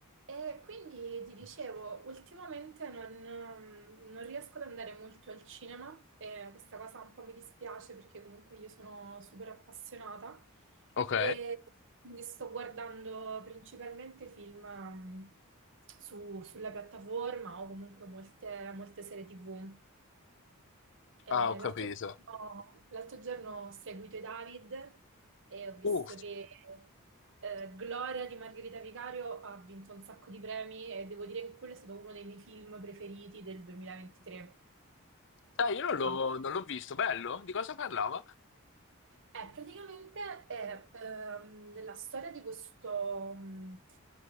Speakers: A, on the right (about 60°); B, on the left (about 55°).
A: E quindi ti dicevo, ultimamente non, mm, non riesco ad andare molto al cinema e questa cosa un po' mi dispiace perché comunque io sono super appassionata
B: Ok.
A: e quindi sto guardando principalmente film mm, su- sulla piattaforma o comunque molte, molte serie TV. Eh,
B: Ah, ho capito.
A: l'altro giorno, l'altro giorno ho seguito i David e ho visto
B: Uh,
A: che eh, Gloria di Margherita Vicario ha vinto un sacco di premi e devo dire che quello è stato uno dei miei film preferiti del 2023.
B: dai, io non l'ho
A: Quando-
B: non l'ho visto. Bello? Di cosa parlava?
A: eh, praticamente è ehm, la storia di questo, mh,